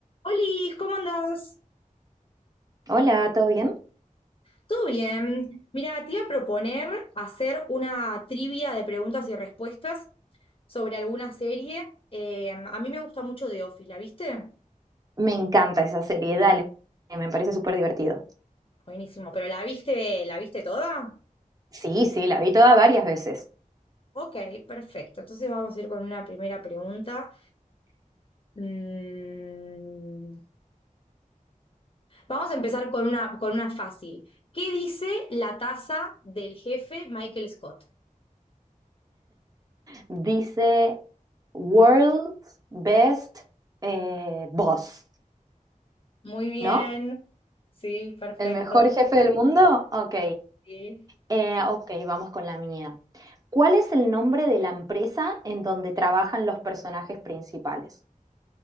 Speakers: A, on the left; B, on the right.
A: Olis, ¿cómo andás?
B: Hola, ¿todo bien?
A: ¿Todo bien? Mira, te iba a proponer hacer una trivia de preguntas y respuestas sobre alguna serie. Eh, a mí me gusta mucho The Office, ¿la viste?
B: Me encanta esa serie, dale, me parece súper divertido.
A: Buenísimo, pero ¿la viste, la viste toda?
B: Sí, sí, la vi toda varias veces.
A: Ok, perfecto. Entonces vamos a ir con una primera pregunta. Mm, Vamos a empezar con una, con una fácil. ¿Qué dice la taza del jefe Michael Scott?
B: Dice World's Best eh, Boss,
A: Muy bien.
B: ¿no?
A: Sí, perfecto.
B: ¿El mejor jefe del mundo? Ok,
A: Sí.
B: Eh, ok, vamos con la mía. ¿Cuál es el nombre de la empresa en donde trabajan los personajes principales?